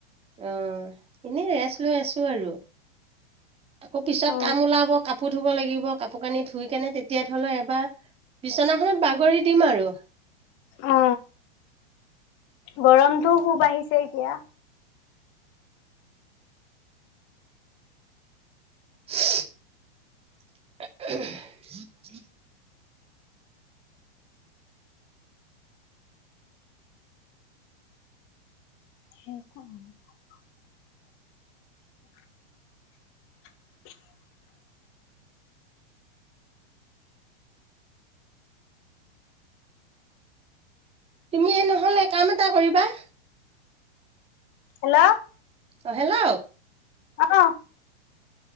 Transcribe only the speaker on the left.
অ
অ গৰমটো খুব বাহিছে এতিয়া
<inaudible> <inaudible> <unintelligible>
হেল্ল'।
অহ।